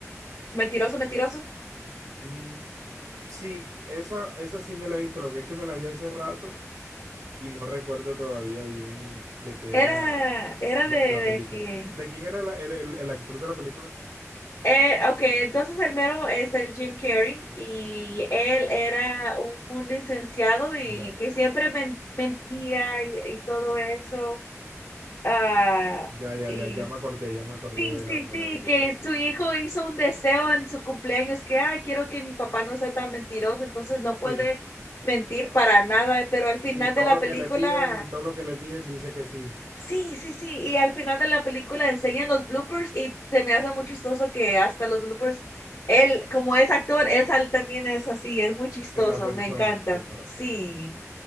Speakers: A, on the left; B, on the right.
A: Mentiroso, mentiroso.
B: mm, sí, esa, esa sí me la he visto. Lo que es que me la vi hace rato y no recuerdo todavía bien de qué
A: Era,
B: era
A: era
B: la,
A: de
B: la
A: de
B: película.
A: que
B: ¿De quién era la- el, el, el actor de la película?
A: Eh, ok, entonces el mero es el Jim Carrey y él era un, un licenciado y
B: Ya,
A: que siempre men- mentía y, y todo eso. Ah,
B: ya, ya,
A: y
B: ya, ya me acordé, ya me acordé
A: sí,
B: de
A: sí,
B: la, de
A: sí,
B: la película,
A: que
B: sí.
A: su hijo hizo un deseo en su cumpleaños que, ay, quiero que mi papá no sea tan mentiroso, entonces no
B: Sí,
A: puede mentir para nada, pero al final
B: sí, todo
A: de la
B: lo
A: película
B: que le pidan y todo lo que le piden dice que sí.
A: Sí, sí, sí, y al final de la película enseñan los bloopers y se me hace muy chistoso que hasta los bloopers, él, como es actor, es, al- también es así, es muy chistoso,
B: En la persona,
A: me encanta.
B: claro.
A: Sí,